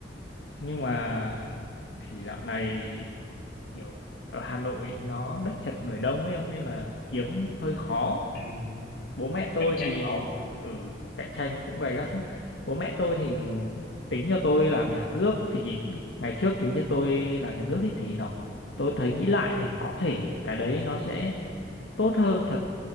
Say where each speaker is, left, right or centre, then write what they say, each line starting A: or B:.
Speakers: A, on the left; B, on the left.
A: nhưng mà thì dạo này kiểu ở Hà Nội nó đất chật người đông ấy ông nên là kiếm hơi khó
B: Ừ,
A: bố mẹ tôi
B: cạnh tranh
A: thì
B: hả ông?
A: ừ cạnh tranh cũng gay gắt lắm bố mẹ tôi thì tính cho tôi làm nhà nước thì ngày trước tính cho tôi làm nhà nước ấy, thì nó tôi thấy nghĩ lại thì có thể cái đấy nó sẽ tốt hơn thật